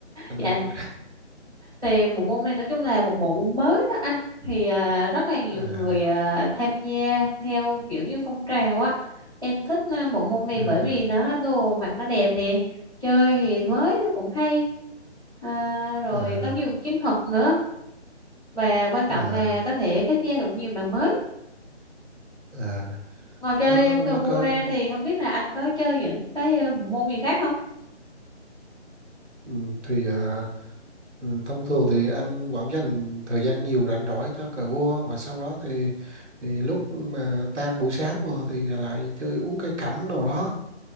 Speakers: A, on the right; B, in the centre.
A: anh
B: dạ
A: anh
B: thì bộ môn này nói chung là một bộ môn mới đó anh thì à, rất là nhiều
A: à
B: người à, tham gia theo kiểu như phong trào á em thích à, bộ môn này
A: à
B: bởi vì nó đồ mặc nó đẹp nè chơi thì mới nó cũng hay À, rồi
A: à
B: có nhiều chiến thuật nữa và quan trọng
A: à,
B: là có thể kết giao được nhiều bạn mới
A: à.
B: ngoài chơi
A: nó
B: cờ
A: nó
B: vua
A: có
B: ra thì không biết là anh có chơi những cái à, bộ môn gì khác không
A: ừ, thì à, ừ, thông thường thì anh vẫn dành thời gian nhiều rảnh rỗi cho cờ vua và sau đó thì, thì lúc mà tan buổi sáng vừa thì lại chơi uống cây cảnh đồ đó